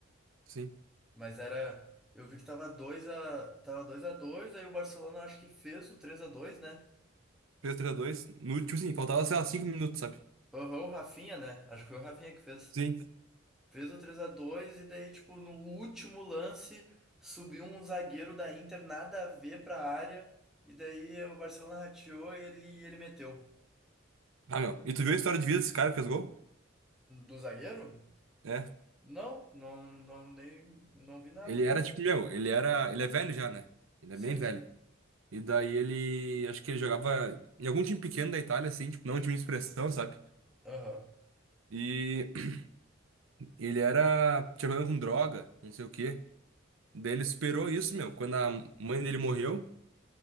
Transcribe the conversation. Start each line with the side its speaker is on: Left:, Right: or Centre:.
Right: Sim.
Centre: Mas era. Eu vi que tava 2 a. Tava 2 a 2 aí o Barcelona acho que fez o três a dois né?
Right: Fez 3 x dois No último, sim, faltava, sei lá, 5 minutos, sabe?
Centre: Aham, o Rafinha, né? Acho que foi o Rafinha que fez.
Right: Sim.
Centre: Fez o três a dois e daí, tipo, no último lance, subiu um zagueiro da Inter, nada a ver pra área. E daí o Barcelona rateou e ele, e ele meteu.
Right: Ah, meu. E tu viu a história de vida desse cara que fez gol?
Centre: Do zagueiro?
Right: É.
Centre: Não, não, não, nem, não vi nada.
Right: Ele era tipo, meu, ele era. Ele é velho já, né? Ele
Centre: Sim,
Right: é bem velho.
Centre: sim.
Right: E daí ele. Acho que ele jogava em algum time pequeno da Itália, assim, tipo, não um time de expressão, sabe?
Centre: Aham.
Right: E <clears throat> ele era. Tinha problema com droga, não sei o quê. Daí ele esperou isso, meu, quando a mãe dele morreu.